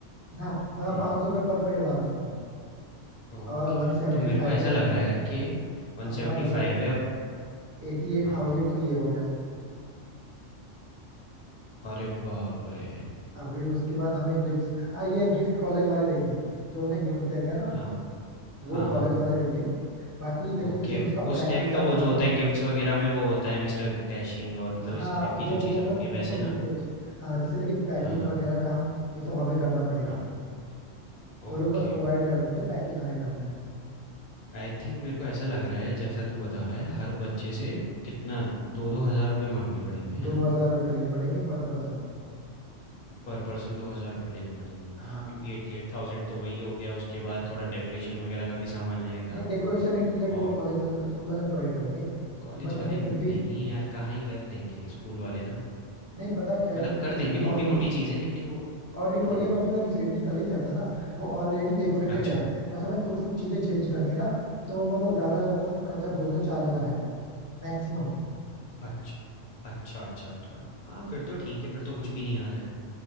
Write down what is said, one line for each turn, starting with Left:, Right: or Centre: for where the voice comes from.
Right: ना मतलब
Left: हुँ,
Right: पाँच सौ रुपये पर प्लेट बांध सकते हैं
Left: ओके।
Right: और वन सेवेंटी
Left: तो मेरे
Right: फाइव
Left: को ऐसा
Right: है
Left: लग रहा है कि 175
Right: अपना बजट
Left: है अब
Right: एटी एट
Left: हाँ,
Right: थाउजेंड तो ये हो गया सिर्फ
Left: अरे बाप रे!
Right: अभी उसके बाद हमें गिफ्ट हाँ ये गिफ्ट कॉलेज वाले देंगे जो उन्हें गिफ्ट देने हैं ना
Left: हाँ, हाँ,
Right: वो कॉलेज
Left: हाँ।
Right: वाले देंगे बाकी लेकिन
Left: ओके,
Right: जैसे उसका
Left: उस
Right: पैकिंग
Left: टाइप का
Right: का
Left: वो
Right: काम
Left: जो होता है गिफ्ट्स वगैरह में वो होता है मिस्टर डैशिंग और मतलब
Right: हाँ
Left: इस टाइप की
Right: वो
Left: जो चीज़ें
Right: वो सब
Left: होती हैं वैसे
Right: वो सब
Left: ना?
Right: उनकी है चीज हाँ जैसे लेकिन पैकिंग
Left: हाँ,
Right: वगैरह काम ये सब हमें करना पड़ेगा
Left: हाँ।
Right: वो
Left: ओके,
Right: लोग बस प्रोवाइड कर देंगे पैकिंग हमें करना है
Left: आई थिंक मेरे को ऐसा लग रहा है जैसा तू बता रहा है हर बच्चे से कितना 2-2 हज़ार रुपए माँगने पड़ेंगे, है
Right: दो
Left: ना?
Right: हजार रुपये लेने पड़ेंगे पर पर्सन
Left: पर पर्सन 2 हज़ार रुपए लेने पड़ेंगे
Right: हाँ
Left: क्योंकि 88,000 तो वही हो गया उसके बाद थोड़ा डेकोरेशन वगैरह का भी सामान आएगा
Right: नहीं डेकोरेशन ए टू जेड
Left: और
Right: वो कॉलेज वाले स्कूल वाले प्रोवाइड करेंगे
Left: कॉलेज
Right: बट
Left: वाले
Right: हमें
Left: न-
Right: फिर भी
Left: नहीं यार कहाँ ही करेंगे स्कूल वाले ना।
Right: नहीं पता है क्या है
Left: मतलब कर
Right: क्योंकि
Left: देंगे मोटी-मोटी
Right: ऑलरेडी
Left: चीज़ें लेकिन वो
Right: ऑडिटोरियम
Left: हुँ।
Right: अभी मैं रिसेंटली कल ही गया था ना वो ऑलरेडी डेकोरेटेड
Left: अच्छा,
Right: है बस हमें कुछ कुछ चीजें चेंज करनी है ना तो मतलब ज्यादा से ज्यादा उसका खर्चा दो से चार हजार आएगा मैक्सिमम
Left: अच्छ अच्छा, अच्छा, अच्छा। हाँ, फिर तो
Right: हाँ
Left: ठीक है, फिर तो कुछ भी नहीं आ रहा है।